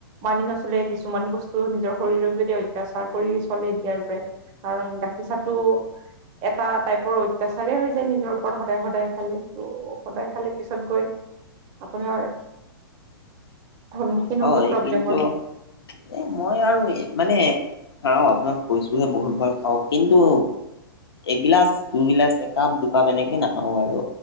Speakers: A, on the right; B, on the left.
A: মানি নচ কিছুমান বস্ত নিজৰ শৰীৰক যদি অত্যাচাৰ কৰি চলে এতিয়াৰ পৰাই কাৰণ গাখীৰ চাহটো এটা টাইপৰ অত্যাচাৰেই হৈ যায় নিজৰ ওপৰত সদায় সদায় খালে ত' সদায় খালে পিছত গৈ আপোনাৰ সন্মুখীন
B: হয়
A: হব প্ৰব্লেমৰ
B: কিন্তু এ মই আৰু মানে খাও আপোনাক কৈছোহে বহুতবাৰ খাও কিন্তু এগিলাচ দুইগিলাচ একাপ দুকাপ এনেকে নাখাওঁ আৰু